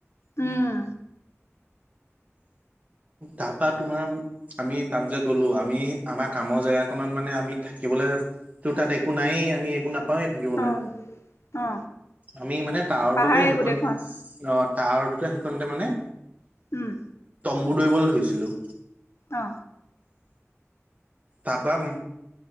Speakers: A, on the left (about 60°); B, on the right (about 30°).
A: উম।
B: তাৰপা তোমাৰ আমি তাত যে গ'লো আমি আমাৰ কামৰ জেগাকনত মানে আমি থাকিবলে তোৰ তাত একো নায়েই আমি একো না নাপাওঁয়ে থাকিবলে
A: অ অ
B: আমি মানে টাৱাৰটোতে
A: পাহাৰে
B: সেকণ
A: গোটেইখন
B: অ টৱাৰটোতে সেইকণতে মানে
A: উম
B: মোৰ দৰিবলে ধৰিছিলোঁ।
A: অঁ।
B: তাৰপৰা